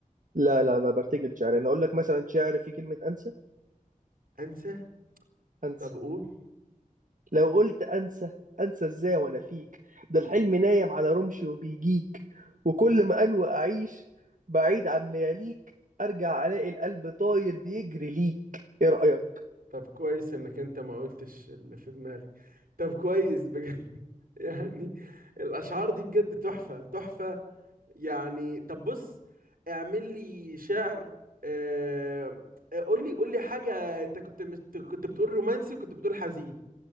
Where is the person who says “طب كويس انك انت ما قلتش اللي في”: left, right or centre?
Right